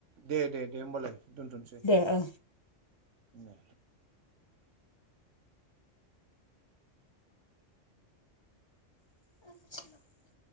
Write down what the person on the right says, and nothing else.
दे दे। दे होमबालाय दोनथ'नोसै
दे